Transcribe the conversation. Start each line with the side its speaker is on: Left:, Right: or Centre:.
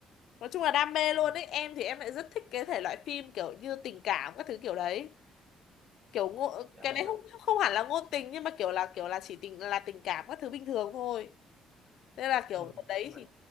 Left: nói chung là đam mê
Right: ừ.
Left: luôn ấy em thì em lại rất thích cái thể loại phim kiểu như tình cảm các thứ kiểu đấy
Right: Ừ.
Left: kiểu ngộ,
Right: thì em
Left: cái
Right: cũng
Left: này
Right: làm
Left: không không hẳn là ngôn tình nhưng mà kiểu là kiểu là chỉ tình là tình cảm các thứ bình thường thôi nên là kiểu
Right: ừ.
Left: đợt đấy
Right: như vậy
Left: thì